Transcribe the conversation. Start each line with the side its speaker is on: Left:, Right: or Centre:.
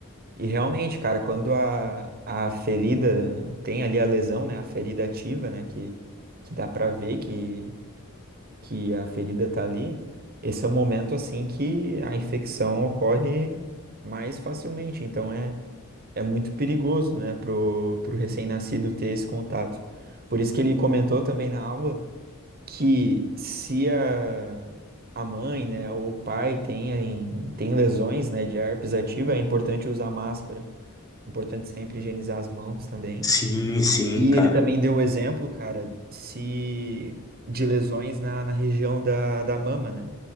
Right: E realmente, cara, quando a, a ferida tem ali a lesão, né? A ferida ativa, né? Que, que dá pra ver que, que a ferida tá ali. Esse é o momento, assim, que a infecção ocorre mais facilmente. Então, é, é muito perigoso, né? Pro, pro recém-nascido ter esse contato. Por isso que ele comentou também na aula que se a, a mãe, né? Ou o pai tem, tem lesões, né? De herpes ativa, é importante usar máscara Importante sempre higienizar as mãos também.
Left: Sim, sim,
Right: E
Left: cara.
Right: ele também deu o exemplo, cara, se de lesões na, na região da, da mama, né?